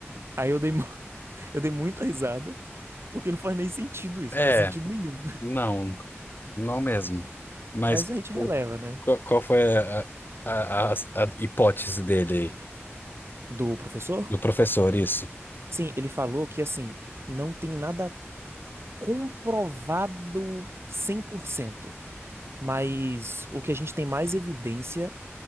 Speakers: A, on the right (about 60°); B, on the left (about 45°).
A: Aí eu dei Eu dei muita risada, porque não faz nem sentido isso,
B: É,
A: não faz sentido nenhum. <laughs>
B: não, não mesmo. Mas
A: Mas a gente
B: o-
A: releva, né?
B: qual qual foi a, a, a, a hipótese dele aí?
A: Do professor?
B: Do professor, isso.
A: Sim, ele falou que, assim, não tem nada comprovado 100%, mas o que a gente tem mais evidência